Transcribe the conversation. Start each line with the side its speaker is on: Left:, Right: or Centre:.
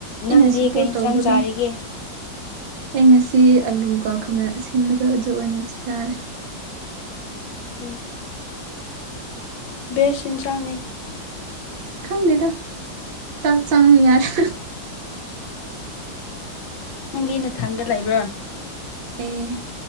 Right: ꯑꯩꯅ
Left: ꯅꯪꯗꯤ
Right: ꯁꯞꯄꯣꯔꯠ
Left: ꯀꯩ ꯏꯟꯁꯥꯡ
Right: ꯇꯧꯕꯗꯣ
Left: ꯆꯥꯔꯤꯒꯦ
Right: ꯑꯩ ꯉꯁꯤ ꯑꯂꯨꯒ ꯈꯥꯃꯦꯟ ꯑꯁꯤꯟꯕꯗꯣ ꯑꯗꯨꯖꯛ ꯑꯣꯏꯅ ꯆꯥꯔꯦ
Left: ꯎꯝ ꯕꯦꯁꯟꯁꯥꯡꯅꯤ
Right: ꯈꯪꯗꯗ ꯆꯥꯛ ꯆꯪ ꯌꯥꯔ
Left: ꯅꯪꯒꯤ ꯅꯊꯟꯗ ꯂꯩꯕ꯭ꯔꯣ
Right: ꯑꯦ